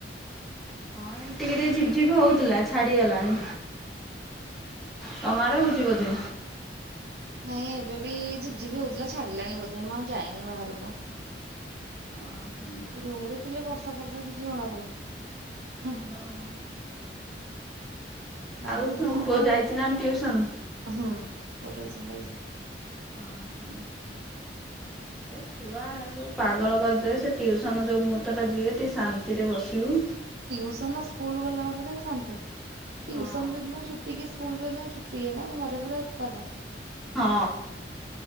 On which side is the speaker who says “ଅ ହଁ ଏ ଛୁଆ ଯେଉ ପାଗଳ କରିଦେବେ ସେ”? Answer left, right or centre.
Centre